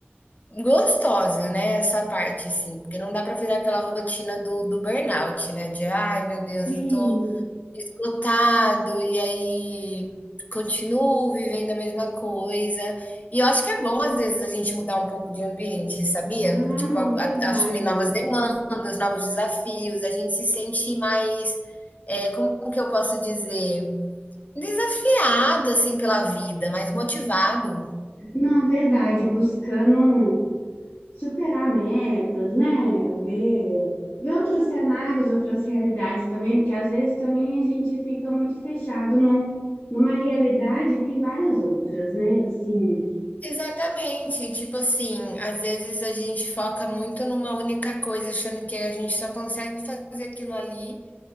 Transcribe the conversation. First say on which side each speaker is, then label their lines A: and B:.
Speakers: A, on the left; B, on the left.
A: Gostosa, né, essa parte, assim, porque não dá para virar aquela rotina do do burnout, né, de: "Ai, meu Deus,
B: Sim.
A: eu tô esgotado", e aí continuo vivendo a mesma coisa. E eu acho que é bom, às vezes, a gente mudar um pouco de ambiente, sabia?
B: Ah,
A: Tipo,
B: não,
A: a
B: verdade.
A: a assumir novas demandas, novos desafios, a gente se sente mais, é como que eu posso dizer? Desafiado, assim, pela vida, mais motivado.
B: Não, verdade. Buscando. um superar metas, né? Ver, ver outros cenários, outras realidades também, porque às vezes também a gente fica muito fechado num, numa realidade e tem várias outras, né? Assim,
A: Exatamente. Tipo assim, às vezes a gente foca muito numa única coisa, achando que a gente só consegue fazer aquilo ali,